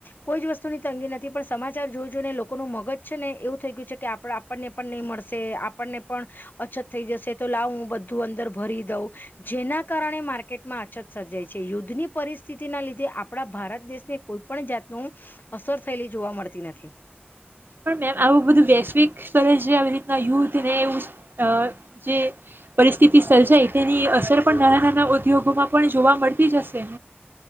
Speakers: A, on the left; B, on the right.
A: કોઈ જ વસ્તુની તંગી નથી પણ સમાચાર જોજઈ ને લોકોનું મગજ છે ને એવું થઈ ગયું છે કે આપ આપણને પણ નહીં મળશે આપણને પણ અછત થઈ જશે તો લાવ હું બધું અંદર ભરી દઉં જેના કારણે માર્કેટમાં અછત સર્જાય છે યુદ્ધની પરિસ્થિતિના લીધે આપણા ભારત દેશને કોઈ પણણ જાત નું અસર થયેલી જોવા મળતી નથી.
B: પણ મેમ આવું બધું વૈશ્વિક સ્તરે આવી રીતના યુદ્ધ ને એ જે પરિસ્થિતિ સર્જાય તેની અસર પણ નાના નાના ઉદ્યોગોમાં પણ જોવા મળતી જશે.